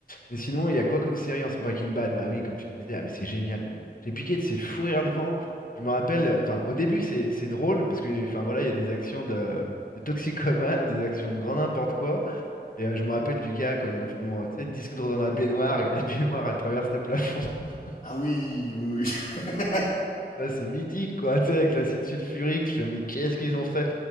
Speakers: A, on the left; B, on the left.
A: Mais sinon, il y a quoi comme série en ce Breaking Bad? Bah oui, comme tu disais, ah, mais c'est génial. Mais j'ai piqué de ces fous rires devant. Je me rappelle, euh, enfin, au début, c'est c'est drôle parce que, enfin, voilà, il y a des actions de, de toxicomane, des actions de grand n'importe quoi. Et euh, je me rappelle du gars quand ils le font, euh, tu sais, dissoudre dans la baignoire et la <laughs> baignoire, elle traverse le plafond. <laughs>
B: Ah oui, oui, oui. <laughs>
A: Ça, c'est mythique, quoi, tu sais, avec l'acide sulfurique. Tu fais, mais qu'est-ce qu'ils ont fait?